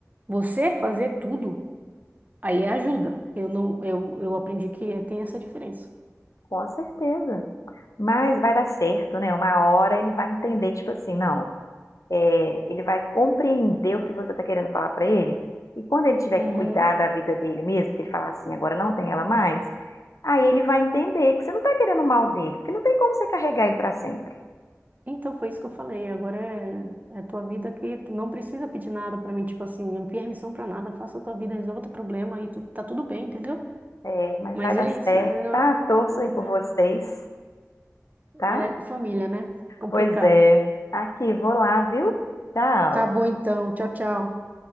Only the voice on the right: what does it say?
você fazer tudo, aí é ajuda. Eu não, eu, eu aprendi que tem essa diferença.
Uhum.
Então foi isso que eu falei. Agora é, é tua vida que tu não precisa pedir nada para mim, tipo assim, não pedi permissão para nada, faça a tua vida, resolva teu problema e tu, tá tudo bem, entendeu?
Mas
é
isso, né? Mas, ó,
mas
é,
é é família, né? Complicado.
Tá bom então. Tchau, tchau.